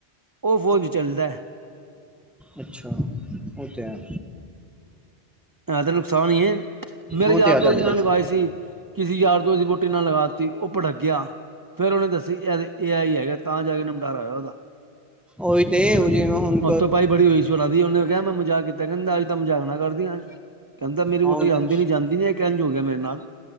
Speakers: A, on the right; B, in the centre.
A: ਉਹ ਫੋਨ ਚੱਲਦਾ
B: ਅੱਛਾ ਉਹ ਤੇ ਹੈ।
A: ਹੈ ਤੇ ਨੁਕਸਾਨ ਹੀ ਹੈ ਮੇਰੇ
B: ਉਹ
A: ਯਾਰ
B: ਤੇ ਹੈ ਤੁਹਾਡੇ
A: ਦੋਸਤ ਨੇ
B: ਕੋਲ
A: ਲਗਏ ਸੀ ਕਿਸੇ ਯਾਰ ਦੋਸਤ ਦੀ ਵਹੁਟੀ ਨਾਲ ਲਗਾ ਉਹ ਭੜਕਿਆ ਫੇਰ ਉਹਨੇ ਦੱਸੀ ਇਹਦੇ ਏ ਆਈ ਹੈਗਾ ਤਾਂ ਜਾ ਕੇ ਨਿਮਟਾਰਾ ਹੋਇਆ ਉਹਦਾ।
B: ਉਹੀ ਤੇ ਜਿਵੇਂ ਹੁਣ
A: ਹੱਥੋਂ ਪਾਈ ਬੜੀ ਹੋਈ ਸੀ ਉਹਨਾਂ ਦੀ ਓਨੇ ਕਿਹਾ ਮੈਂ ਮਜ਼ਾਕ ਕੀਤਾ ਕਹਿੰਦਾ ਮ ਜਾਗਣਾ ਕਰਦੀਆਂ ਅੱਜ, ਕਹਿੰਦਾ ਮੇਰੀ
B: ਹਾਂ
A: ਵੋਟੀ ਆਦੀ ਨੀ ਜਾਂਦੀ ਨੀ ਇਹ ਕਹਿਣ ਹੋ ਗਿਆ, ਮੇਰੇ ਨਾਲ